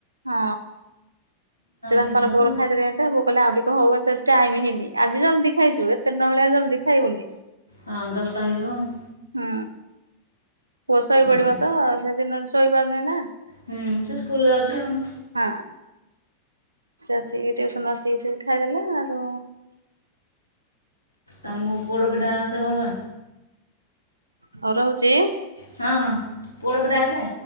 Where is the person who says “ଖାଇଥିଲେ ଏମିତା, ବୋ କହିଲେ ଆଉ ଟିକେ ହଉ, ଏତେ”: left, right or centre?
Right